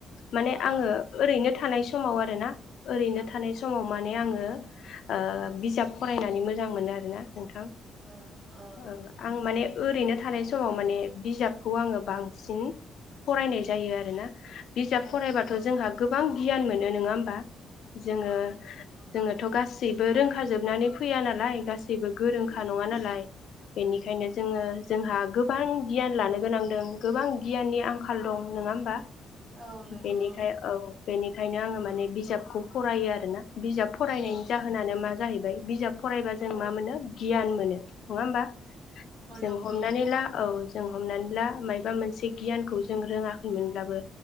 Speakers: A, on the left; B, on the right.
A: माने
B: औ
A: आङो ओरैनो थानाय समाव आरोना ओरैनो
B: औ
A: थानाय समाव माने आङो ओ बिजाब फरायनानै मोजां मोनो आरोना नोंथां
B: अ औ
A: ओ आं माने ओरैनो थानाय समाव माने बिजाबखौ आङो बांसिन फरायनाय जायो आरोना बिजाब
B: औ
A: फरायबाथ' जोंहा गोबां गियान मोनो नङा होमबा जोङो
B: औ
A: जोङोथ' गासै रावबो रोंखा जोबनानै फैया नालाय गासैबो गोरोंखा नङा नालाय बेनिखायनो जोङो जोंहा गोबां गियान लानो गोनांदों गोबां गियाननि आंखाल दं नङा होमबा
B: औ नंगौ
A: बेनिखाय औ बेनि ओंखायनो आङो माने बिजाबखौ फरायो आरो ना बिजाब फरायनायनि
B: औ
A: जाहोनानो मा जाहैबाय बिजाब फरायबा जों
B: फरायबाय
A: मा मोनो गियान मोनो नङा होमबा जों
B: उम
A: हमनानै ला औ जों हमनानै ला मायबा मोनसे गियानखौ जों रोङाखैमोनब्लाबो